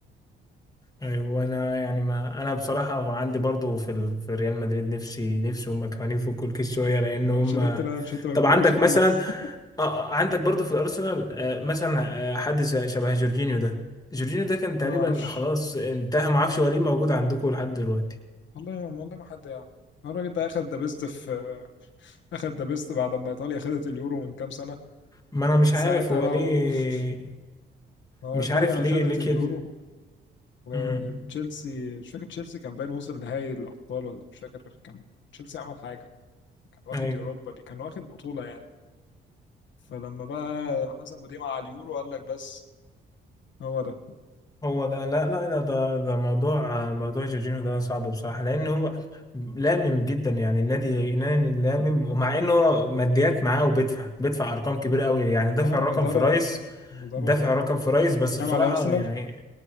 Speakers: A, on the left (about 20°); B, on the left (about 70°).
A: ايوه وانا يعني ما انا بصراحه عندي برضو في ال... في ريال مدريد نفسي نفسي هم كمان يفكوا الكيس شويه لان هم
B: أنشيلوتي لا أنشيلوتي ما
A: طب
B: بيفكش
A: عندك
B: الكيس
A: مثلا اه آه، عندك برضو في الارسنال آه، مثلا آه، حد زي- شبه جورجينيو ده جورجينيو ده
B: <laughs>
A: كان تقريبا
B: أنا ما أعرفش
A: خلاص انتهى ما اعرفش هو ليه موجود عندكم لحد دلوقتي
B: والله والله ما حد يعني الراجل ده أخد ذا بيست في <laughs> أخد ذا بيست بعد ما إيطاليا خدت اليورو من كام سنة
A: ما انا
B: ومن
A: مش
B: ساعتها
A: عارف هو
B: بقى
A: ليه
B: و... <laughs> ما هو
A: مش
B: إيطاليا
A: عارف ليه
B: خدت
A: ليه كده
B: اليورو وتشيلسي
A: امم
B: مش فاكر تشيلسي كان باين وصل نهائي الأبطال ولا مش فاكر كان تشيلسي عمل حاجة كان واخد
A: ايوه
B: يوروبا ليج- كان واخد بطولة يعني فلما بقى حسبوا دي مع اليورو قال لك بس هو ده
A: هو ده لا لا ده ده, ده موضوع آه، موضوع جورجينيو ده صعب بصراحة لان هو لامم جدا يعني النادي نادي لامم ومع انه هو ماديات معاه وبيدفع بيدفع ارقام كبيرة قوي يعني دافع
B: اه
A: رقم
B: الإدارة
A: في رايس
B: الإدارة
A: دافع
B: اللي
A: رقم في رايس بس
B: كام
A: بصراحة
B: على أرسنال
A: يعني